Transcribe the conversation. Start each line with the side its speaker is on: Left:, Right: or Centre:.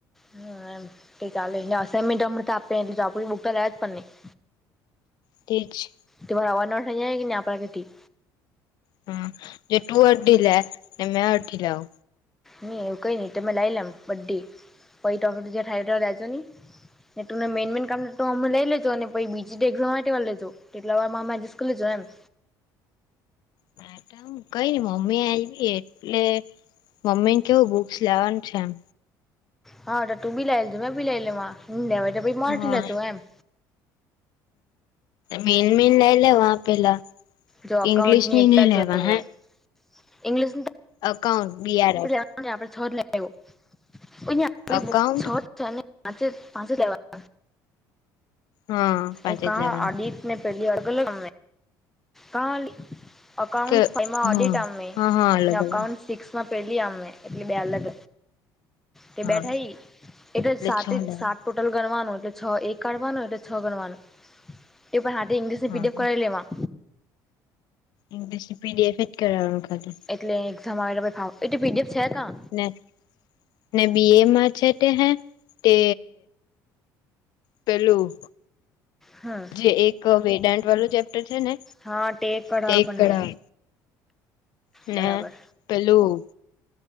Centre: હ એમ એ ચાલેને અઇનમેન્ટ અમ તો આપે એટલે તો આપ બુકતા લ્યા જ પણ નઈ. <inaudible>
Left: ઠીક છે.
Centre: ત રવાના થાય કે નને આપ પણાથી.
Left: હા જે તું અઢદી લે એને મે અઢદી લેઆવ.
Centre: નહી એવું કઈ નહી તમે લાવ લેમ બંધી પહી ટો ફેય ટ લજો નહીં. તને મેન મેન કામ ને તો અમે લઈ લેજો અને પછી બીજી એક્ઝામ માટે વાળ લેજો એટલા વારમાં અમે એડજસ્ટ કરી લેજો એમ.
Left: મેટ હ કઈ નને મમ્મી આવી એટલે. મમ્મીને કેવું બુક્સ લેવાનું છે એમ.
Centre: હા તું બિલાઈ લધું બિલાઈ લે હ લેવા માર
Left: હા
Centre: લધું એમ.
Left: મેન મેન લઈ લેવા પેલા
Centre: જો અકાઉન્ટની
Left: ઈંગ્લિશ ની
Centre: એકતા
Left: નઈ લેવા
Centre: જોઈએ
Left: હે.
Centre: ઇંગ્લિશ ની તો.
Left: Account BR F.
Centre: આપડે છત લે આવ કો <unintelligible>
Left: અકાઉન્ટ
Centre: છત. તો એને પાંચે પાંચ લેવા.
Left: હા પાંચ
Centre: એ
Left: જ
Centre: આડિતને
Left: લેવાનું
Centre: પહેલી અર્ગલગ કા. અકાઉન્ટ
Left: કે હ
Centre: ફ એમાં ઓડિટમેં
Left: હા હા અલગ
Centre: અ અકાઉન્ટ્સ.
Left: અલગ
Centre: સિક્સમાં પેલી આમમે એટલે બે અલગ. તે
Left: હા
Centre: બેઠા એટલે સાત
Left: છ
Centre: જ
Left: લેવાનું
Centre: સાત ટોટલ ગણવાનું એટલે છ એક કાઢવાનું એટલે છ ગણવાનું. એ પણ હા ઈંગ્લિશ ની
Left: હા
Centre: પડીએફ
Left: હા
Centre: કરીવ લેવા.
Left: ઇંગ્લિશથી પીડીએફ જ કરાવ ખાતો.
Centre: એટલે એક્ઝામ આવે એટે ફાવ એ તો પીડીએફ છે ક.
Left: ના ના બી એ મા છટ હે તે. પેલું.
Centre: હા.
Left: જે એક વેદાંત વાળું ચેપ્ટર છે ને
Centre: હા કઢાવ
Left: તે એક
Centre: આપણને
Left: <unintelligible> ને
Centre: બરાબર
Left: પેલું